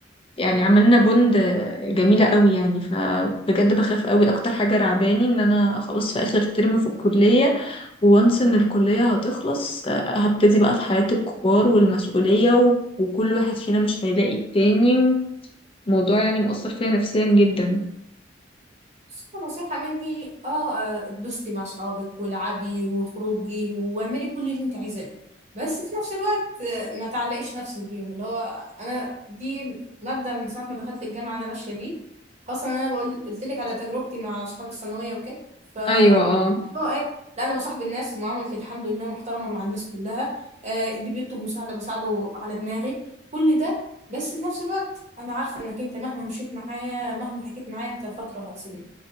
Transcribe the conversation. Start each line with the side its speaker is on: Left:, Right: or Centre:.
Left: يعني عملنا بوند جميلة قوي يعني فبجد بخاف قوي اكتر حاجة رعباني ان انا خلاص في اخر ترم في الكلية وانس ان الكلية هتخلص آه، هبتدي بقى في حياة الكبار والمسؤولية و... وكل واحد فينا مش هيلاقي التاني موضوع يعني مؤثر فيا نفسيا جدا
Right: بس نصيحة مني اه آه، اتبسطي مع صحابك والعبي وخروجي واعملي كل اللي انت عايزاه بس في نفس الوقت آه، ما تعلقيش نفسك بيهم اللي هو انا دي مبدأ من ساعة ما دخلت الجامعة انا ماشية بيه خاصة ان انا بقول قلت لك على تجربتي مع اصحاب الثانوية وكده ف
Left: ايوه اه
Right: هو ايه لا انا بصاحب الناس معاملتي الحمد لله محترمة مع الناس كلها آه اللي بيطلب مساعدة بساعده على دماغي كل ده بس في نفس الوقت انا عارفة انك انت مهما مشيت معايا مهما حكيت معايا انت فترة هتسيبني